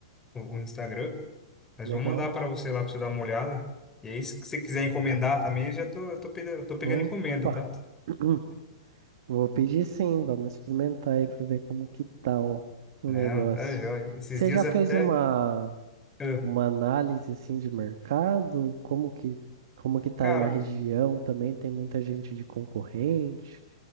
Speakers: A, on the left; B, on the right.
A: o, o Instagram. Mas
B: legal.
A: vou mandar para você lá para você dar uma olhada. E aí, se você quiser encomendar também, eu já tô, eu tô pegando, eu tô pegando
B: Opa,
A: encomenda, tá?
B: <clears throat> vou pedir sim, vamos experimentar aí para ver como que tá o, o
A: Não,
B: negócio.
A: tá, joia. Esses
B: Você
A: dias
B: já
A: até.
B: fez uma,
A: ah,
B: uma análise assim de mercado? Como que, como que tá
A: Cara,
B: aí na região também? Tem muita gente de concorrente?